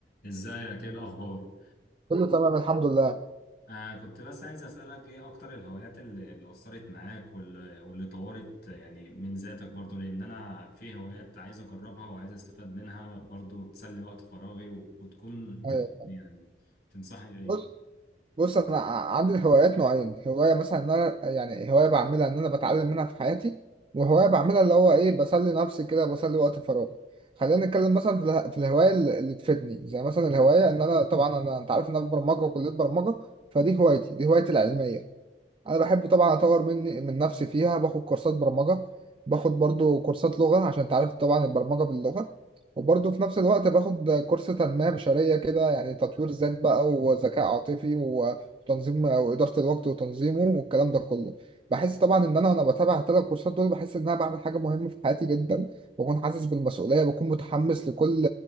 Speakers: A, on the left; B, on the right.
A: ازيك ايه الاخبار
B: كله تمام الحمد لله
A: آه كنت بس عايز اسالك ايه اكتر الهوايات اللي, اللي اثرت معاك واللي, واللي طورت يعني من ذاتك برضو لان انا في هوايات عايز اجربها وعايز استفاد منها برضو تسلي وقت فراغي و... وتكون تبسطني
B: ايوه
A: يعني تنصحني بايه
B: بص بص انا ع- عندي هوايات نوعين هوايه مثلا ان انا يعني هوايه بعملها ان انا بتعلم منها في حياتي وهوايه بعملها اللي هو ايه بسلي نفسي كده بسلي وقت فراغي خلينا نتكلم مثلا في, اله... في الهوايه اللي اللي تفيدني زي مثلا الهوايه ان انا طبعا انا انت عارف ان انا في برمجه وكليه برمجه فدي هوايتي دي هوايتي العلميه انا بحب طبعا اطور من من نفسي فيها باخد كورسات برمجه باخد برضو كورسات لغه عشان انت عارف طبعا البرمجه باللغه وبرضو في نفس الوقت باخد كورس تنميه بشريه كده يعني تطوير ذات بقى وذكاء عاطفي وتنظيم واداره الوقت وتنظيمه والكلام ده كله بحس طبعا ان انا وانا بتابع الثلاث كورسات دول بحس ان انا بعمل حاجه مهمه في حياتي جدا بكون حاسس بالمسؤوليه بكون متحمس لكل